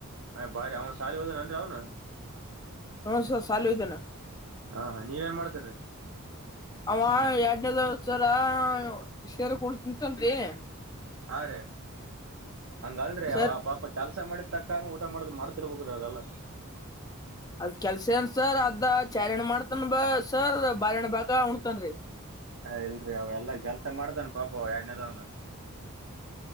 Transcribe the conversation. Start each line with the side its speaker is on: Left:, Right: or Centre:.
Right: ಅ ಭಾರಿ ಶಾಲಿಗೆ ಹೋಗವ್ನೇ ಏನ್ರೀ ಅವ್ನು
Left: ಹ್ಮ ಸ ಶಾಲೆಗೆ ಹೋಗಿದ್ದನೆ
Right: ಹಾ ಹಾ ನೀವೆನ್ ಮಾಡ್ತಿರಿ
Left: ಅವ ಎರಡನೆದವ್ನು ಸರ <unintelligible>
Right: ಹಾ ರೀ ಹಂಗಲ್ರಿ
Left: ಸರ್
Right: ಅವ ಪಾಪ ಕೆಲಸ ಮಾಡಿದ ತಕ್ಕಂಗ ಊಟ ಮಾಡ್ದ್ ಮಾಡ್ತಿರ್ಬೇಕ್ರೀ ಅವೆಲ್ಲ
Left: ಅದ್ ಕೆಲ್ಸ ಏನ್ ಸರ್ ಅದ ಚಾರಿಣ್ ಮಾಡ್ತನ್ ಬ ಸರ್ ಬಾರಿಹಣ ಬಾಗ ಉಣತನ ರಿ
Right: ಹ ಇಲ್ರಿ ಅವ ಎಲ್ಲಾ ಕೆಲ್ಸ ಮಾಡತಾನ ಪಾಪ ಎರಡ್ನೇದಾವನು